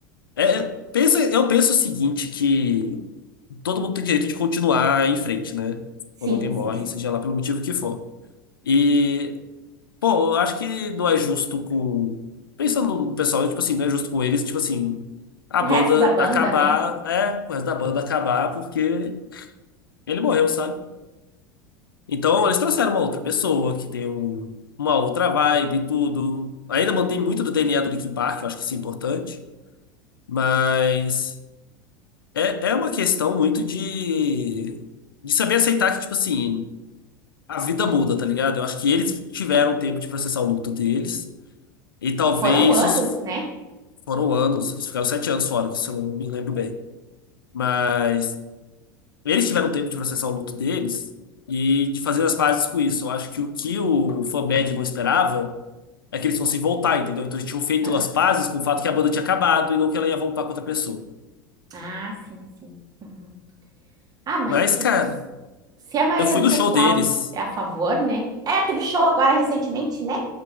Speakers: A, on the left; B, on the right.
A: é, é- pensa, eu penso o seguinte, que todo mundo tem direito de continuar em frente, né?
B: sim,
A: Quando alguém
B: sim,
A: morre,
B: sim.
A: seja lá pelo motivo que for. E, pô, eu acho que não é justo com. Pensando no pessoal, tipo assim, não é justo com eles, tipo assim, a
B: O
A: banda
B: resto da banda,
A: acabar,
B: né?
A: é, o resto da banda acabar porque ele morreu, sabe? Então, eles trouxeram uma outra pessoa que tem um- uma outra vibe e tudo. Ainda mantém muito do DNA do Linkin Park, eu acho que isso é importante. Mas é, é uma questão muito de, de saber aceitar que, tipo assim, a vida muda, tá ligado? Eu acho que eles tiveram tempo de processar o luto deles. E talvez
B: E foram anos,
A: os.
B: né?
A: Foram anos, eles ficaram sete anos fora, se eu não me lembro bem. Mas eles tiveram tempo de processar o luto deles e de fazer as pazes com isso. Eu acho que o que o Forbad não esperava. é que eles fossem voltar, entendeu? Então eles tinham feito
B: Ah,
A: as pazes com o fato que a banda tinha acabado e não que ela ia voltar com outra pessoa.
B: ah, sim, sim. Uhum. Ah, mas
A: Mas,
B: tipo,
A: cara,
B: s- se a maioria
A: eu fui
B: do
A: no
B: pessoal
A: show deles.
B: é a favor, né? É, teve show agora recentemente, né?